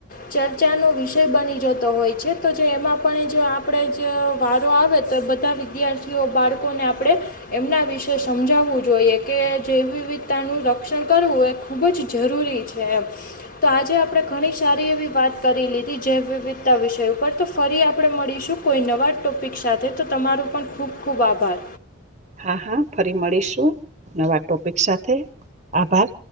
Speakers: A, on the left; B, on the right.
A: ચર્ચાનો વિષય બની જતો હોય છે તો જો એમાં પણ જો આપણે જ વાત આવે તો બધા વિદ્યાર્થીઓ બાળકોને આપણે એમના વિશે સમજાવવું જોઈએ કે જે વિવિધતાનું રક્ષણ કરવું એ ખૂબ જ જરૂરી છે એમ. તો આજે આપણે ઘણી સારી એવી વાત કરી લીધી જૈ વિવિધતા વિષય ઉપર તો ફરી આપણે મળીશું. કોઈ નવા ટોપિક સાથે તો તમારુ પણ ખૂબ ખૂબ આભાર.
B: હા હા ફરી મળીશું નવા ટોપિક સાથે આભાર.